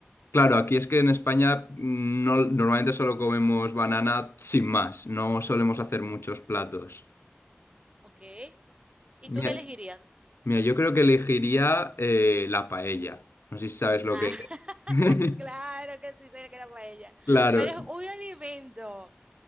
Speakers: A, on the left; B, on the right.
A: claro, aquí es que en España mm, no, normalmente solo comemos banana sin más, no solemos hacer muchos platos.
B: ¿Ok? ¿Y
A: Mira,
B: tú qué elegirías?
A: mira, yo creo que elegiría eh, la paella. No sé si sabes lo
B: Ah,
A: que
B: <laughs>
A: es. <laughs>
B: claro que sí, sería que era paella.
A: Claro.
B: Pero es un alimento.